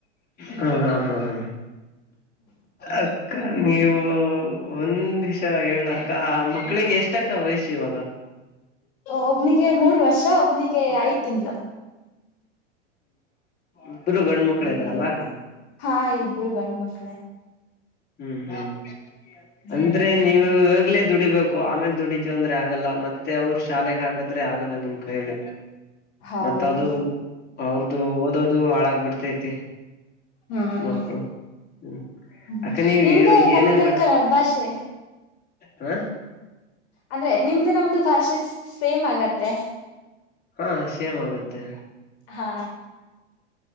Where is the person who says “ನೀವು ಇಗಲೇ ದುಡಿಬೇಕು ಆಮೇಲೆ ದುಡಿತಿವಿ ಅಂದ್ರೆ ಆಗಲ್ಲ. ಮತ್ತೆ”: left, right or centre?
Left